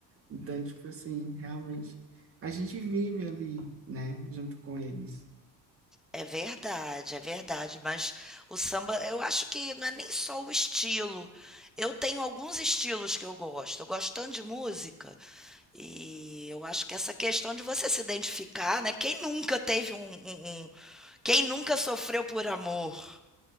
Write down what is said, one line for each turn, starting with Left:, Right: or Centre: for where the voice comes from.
Right: então, tipo assim, realmente, a gente vive ali, né, junto com eles.
Centre: É verdade, é verdade, mas o samba, eu acho que não é nem só o estilo. Eu tenho alguns estilos que eu gosto. Eu gosto tanto de música E eu acho que essa questão de você se identificar, né? Quem nunca teve um, um- um- quem nunca sofreu por amor?